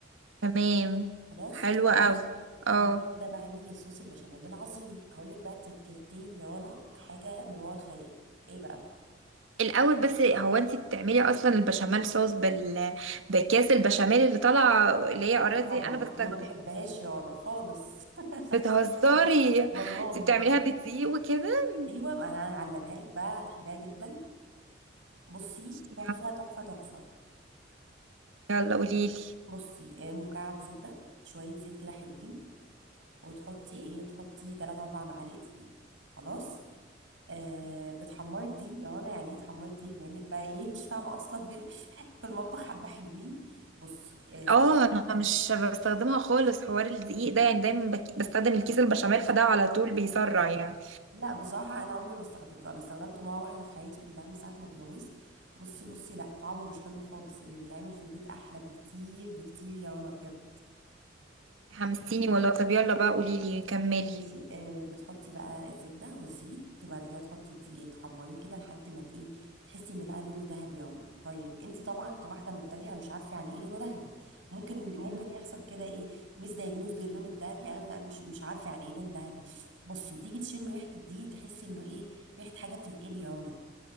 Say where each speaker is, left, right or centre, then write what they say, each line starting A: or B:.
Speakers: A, on the right; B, on the right.
A: تمام
B: خلاص
A: حلوة قوي اه
B: بعد كده بقى نيجي لصوص البشاميل العظيم أقول لك بقى تكيتين يا رنا حاجة من ورا الخيال إيه بقى؟
A: الاول بس هو انت بتعملي اصلا البشاميل صوص بال بكاس البشاميل اللي طالعه اللي هي
B: لا
A: اراضي
B: طبعا
A: انا بستخدم
B: وما بحبهاش يا رنا خالص <laughs>
A: بتهزري
B: والله
A: انت بتعمليها بدقيق وكده
B: ايوه ما انا هعلمها لك بقى هتحبيها جدا بصي
A: يلا
B: تحفة تحفة تحفة
A: يلا قوليلي
B: بصي آه، مكعب زبدة شوية زيت كده حلوين وتحطي
A: دقيق؟
B: ايه تحطي 3 4 معالق دقيق خلاص آه
A: اوكي
B: بتحمري دي يا رنا يعني ايه تحمري دي بما انك بقى ايه مش فاهمة اصلا في <laughs> في المطبخ حبة حلوين بصي آه
A: اه انا مش بستخدمها خالص حوار الدقيق ده يعني دايما بك... بستخدم الكيس البشاميل فده على طول بيسرع يعني
B: لا بصراحة انا عمري ما استخدمته انا استخدمته مرة واحدة في حياتي كلها من ساعة ما اتجوزت بصي بصي لا طعمه مش حلو خالص اللي بيتعمل في البيت احلى بكتير بكتير يا رنا بجد
A: حمستيني والله طب يلا بقى قوليلي كملي
B: ماشي آه بتحطي بقى الزبدة والزيت وبعد كده تحطي الدقيق تحمريه كده لحد ما ت- ايه تحسي ان بقى لونه ذهبي يعلى طيب انت طبعا كواحدة مبتدئة مش عارفة يعني ايه لونه ذهبي ممكن
A: مم.
B: ممكن يحصل كده ايه مش دايجنوز للون الذهبي انا انا مش مش عارفة يعني ايه لون ذهبي بصي تيجي تشمي ريحة الدقيق تحسي انه ايه ريحة حاجة بتتقلي يا رنا